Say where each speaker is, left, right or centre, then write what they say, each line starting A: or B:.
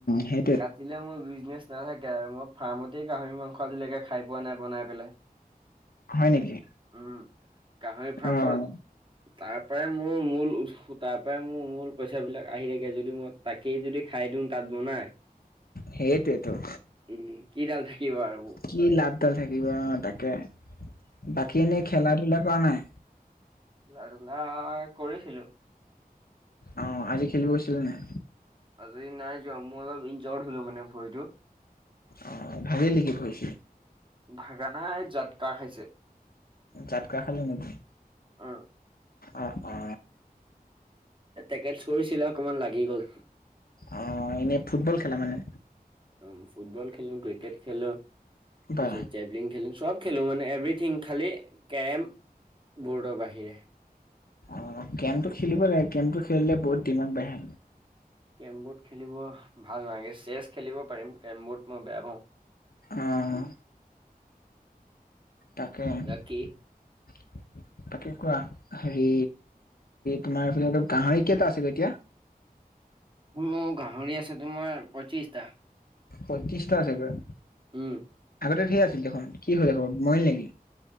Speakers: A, on the left (about 70°); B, on the right (about 30°).
A: সেই
B: কাটিলে মোৰ বিজনেছ নাথাকে আৰু মই ফাৰ্মতেই গাহৰি মাংস আজিলৈকে খাই পোৱা নাই বনাই পেলাই।
A: হয় নেকি
B: উম গাহৰি ফাৰ্মখনত
A: অ',
B: তাৰ পৰাই মোৰ মূল উৎস তাৰ পৰাই মোৰ মূল পইচা বিলাক আহি থাকে যদি মই তাকেই যদি খাই দিও তাত বনাই
A: সেইটোৱেইতো
B: উম কিডাল থাকিব আৰু
A: কি লাভডাল থাকিব অ তাকে বাকী এনেই খেলা ধূলা কৰা নাই
B: খেলা-ধূলা কৰিছিলো
A: অ আজি খেলিব গৈছিলা নাই
B: আজি নাই যোৱা মই অলপ ইনজিৰ্ড হলো মানে ভৰিটো।
A: অ ভাঙিল নেকি ভৰি-ছৰি
B: ভাগা নাই জাতকা খাইছে।
A: জাতকা খালে মানে,
B: উম
A: অ অ
B: থেকেচ কৰিছিলে অকমান লাগি গ'ল।
A: অ এনে ফুটবল খেলা মানে।
B: উ ফুটবল খেলো ক্ৰিকেট খেলো তাৰ
A: বাহ
B: পিছত জেভলিং খেলো চব খেলোঁ মানে এভৰিথিং, খালী কেৰম ব'ৰ্ডৰ বাহিৰে।
A: অ', কেৰমটো খেলিব লাগে। কেৰমটো খেলিলে বহুত দিমাগ বাঢ়ে।
B: কেৰম বৰ্ড খেলিব ভাল নালাগে। চেছ খেলিব পাৰিম, কেৰমবৰ্ড মই বেয়া পাওঁ।
A: অ'। তাকে।
B: বাকী?
A: <inaudible> বাকী কোৱা। হেৰি তোমাৰ <unintelligible> গাহৰি কেইটা আছিলে এতিয়া?
B: মোৰ গাহৰি আছে তোমাৰ পঁয়ত্ৰিছটা।
A: পঁয়ত্ৰিছটা আছেগৈ।
B: উম,
A: আগতে ধেৰ আছিল দেখোন? কি হ'ল এসোপা, মৰিল নেকি?